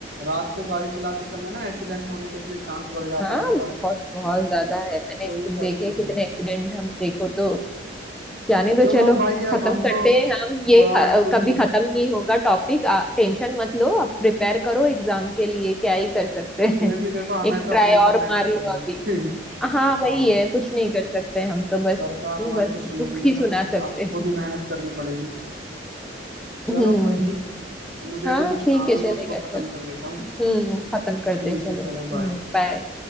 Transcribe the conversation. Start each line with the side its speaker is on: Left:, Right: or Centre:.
Right: रात को गाड़ी चलाते समय ना एक्सीडेंट होने के इतने चांस बढ़ जाते
Centre: हाँ
Right: हैं उन पर
Centre: बहुत बहुत ज्यादा है मैंने
Right: तो
Centre: खुद
Right: ये सारी
Centre: देखे
Right: चीजें
Centre: कितने
Right: हैं
Centre: एक्सीडेंट हम देखो तो जाने दो
Right: चलो
Centre: चलो
Right: भाई
Centre: खत्म
Right: अब हम
Centre: करते
Right: तो
Centre: हैं हम ये
Right: हाँ
Centre: ख-
Right: क्योंकि
Centre: कभी खत्म नहीं होगा टॉपिक टेंशन मत लो अब प्रिपेयर करो एग्जाम के लिए क्या ही कर सकते
Right: फिर
Centre: हैं
Right: भी देखो
Centre: <laughs>
Right: हमें
Centre: एक
Right: तो
Centre: ट्राई
Right: अपने पर
Centre: और
Right: मेहनत
Centre: मार लो
Right: करनी
Centre: अभी
Right: <laughs>
Centre: हाँ वही
Right: हाँ
Centre: है कुछ नहीं कर सकते हम तो बस
Right: सरकार हमारी
Centre: बस
Right: तो सुनेगी
Centre: दुख
Right: नहीं
Centre: ही
Right: हम
Centre: सुना सकते
Right: अब
Centre: हैं
Right: खुद ही मेहनत करनी पड़ेगी चलो
Centre: हम्म
Right: कोई नहीं मुझे
Centre: हाँ
Right: भी कुछ
Centre: ठीक
Right: काम
Centre: है
Right: है
Centre: चलेगा
Right: मैं उसको
Centre: चलो
Right: खत्म कर लेता हूँ
Centre: हम्म खत्म करते
Right: ठीक
Centre: हैं, चलो
Right: है चलो
Centre: हम्म
Right: बाय
Centre: बाय